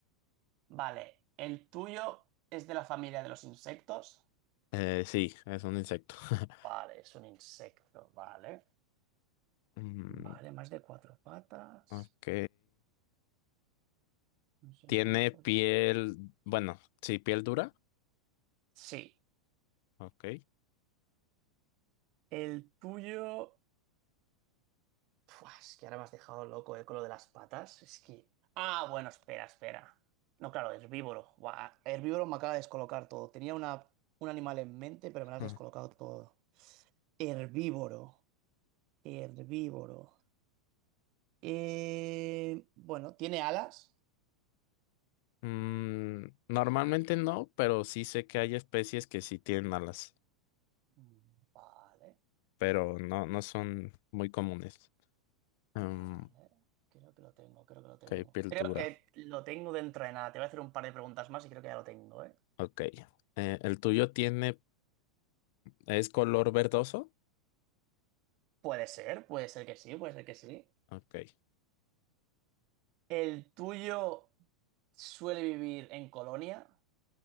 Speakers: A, on the right; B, on the left.
A: Vale. ¿El tuyo es de la familia de los insectos?
B: Eh, sí, es un insecto. <laughs>
A: Vale, es un insecto, vale.
B: Mm,
A: Vale, más de cuatro patas.
B: ok.
A: Un somnífero.
B: Tiene piel, bueno, sí, piel dura.
A: Sí,
B: Ok.
A: el tuyo. Pua, es que ahora me has dejado loco, eh, con lo de las patas. Es que. Ah, bueno, espera, espera. No, claro, herbívoro. Buah, herbívoro me acaba de descolocar todo. Tenía una, un animal en mente, pero me lo has
B: Ah.
A: descolocado todo. Herbívoro. Herbívoro. Eh, Bueno, ¿tiene alas?
B: Mm, normalmente no, pero sí sé que hay especies que sí tienen alas,
A: Mm, Vale.
B: pero no, no son muy comunes.
A: Vale,
B: Mm,
A: creo que lo tengo, creo que lo tengo.
B: ok, piel
A: Creo
B: dura.
A: que lo tengo dentro de nada. Te voy a hacer un par de preguntas más y creo que ya lo tengo, ¿eh?
B: Ok. Eh, ¿el tuyo tiene, es color verdoso?
A: Puede ser, puede ser que sí, puede ser que sí.
B: Ok.
A: ¿El tuyo suele vivir en Colonia?